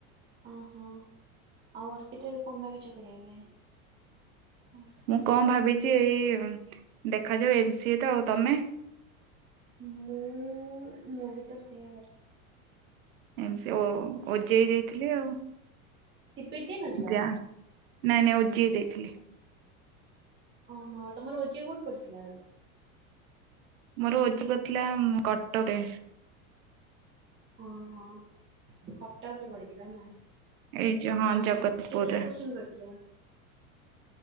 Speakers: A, on the right; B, on the right.
A: ଅ ହ। ଆଉ ଅର୍ପିତା ଏବେ କଣ ଭାବିଛ କରିବା ପାଇଁ? ଓ ସରି।
B: ମୁଁ କଣ ଭାବିଛି ଏଇ ଦେଖାଯାଉ ଏମ-ସି-ଏ ତ ଆଉ ତମେ?
A: ମୁଁ ମୁଁ ବି ତ ସେୟା କରିବି।
B: ଏମ-ସି-ଏ ଓ ଓଜେଇ ଦେଇଥିଲି ଆଉ
A: ସିପିଟ ଦେଇ ନଥିଲା
B: ଯା ନାଇଁ ନାଇଁ ଓଜେଇ ଦେଇଥିଲି।
A: ଓହୋ ତମର ଓଜେଇଇ କୋଉଠି ପଡିଥିଲା ଆ
B: ମୋର ଓଜେଇଇ ଥିଲା କଟକ
A: ଓ ହଁ କଟକ ରେ ପଡିଥିଲା ନା
B: ଏଇ ଯୋଉ ହଁ
A: ଅଁ
B: ଜଗତପୁରରେ
A: କେତେଟା କୋଶ୍ଚିନ୍ କରିଚ